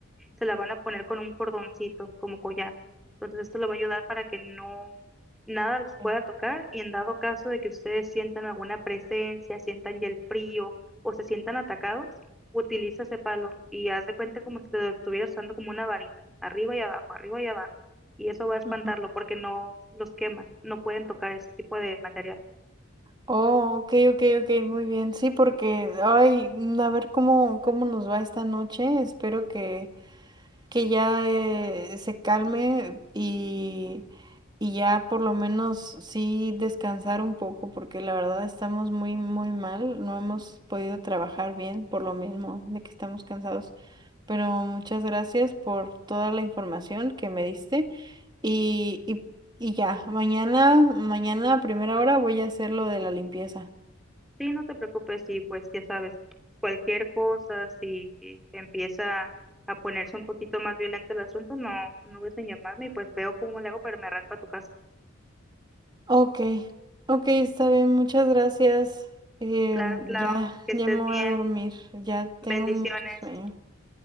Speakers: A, in the centre; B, on the right (about 20°).
A: se la van a poner con un cordoncito como collar. Entonces esto le va a ayudar para que no nada los pueda
B: ok.
A: tocar y en dado caso de que ustedes sientan alguna presencia, sientan ya el frío o se sientan atacados, utiliza ese palo y haz de cuenta como si lo estuvieras usando como una varita, arriba y abajo, arriba y abajo. Y eso va a espantarlo
B: Ujú.
A: porque no los quema, no pueden tocar ese tipo de material.
B: Oh, ok, ok, ok, muy bien. Sí, porque, ay, a ver cómo, cómo nos va esta noche. Espero que, que ya eh, se calme y, y ya por lo menos sí descansar un poco, porque la verdad estamos muy, muy mal, no hemos podido trabajar bien por lo mismo de que estamos cansados. Pero muchas gracias por toda la información que me diste y, y, y ya, mañana, mañana a primera hora voy a hacer lo de la limpieza.
A: Sí, no te preocupes, y pues ya sabes, cualquier cosa, si empieza a ponerse un poquito más violento el asunto, no, no dudes en llamarme y pues veo cómo le hago, pero me arranco a tu casa.
B: Ok, ok, está bien, muchas gracias. Em,
A: Claro, claro,
B: ya,
A: entonces que
B: ya
A: estés
B: me voy
A: bien,
B: a dormir, ya tengo
A: bendiciones,
B: mucho sueño.